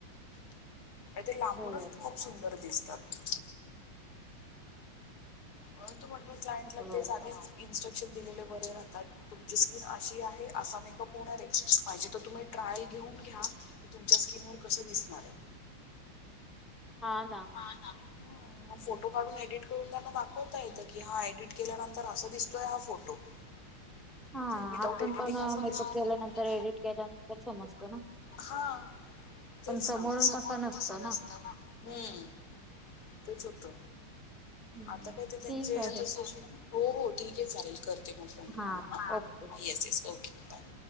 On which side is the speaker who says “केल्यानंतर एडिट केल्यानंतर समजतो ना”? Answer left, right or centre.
Centre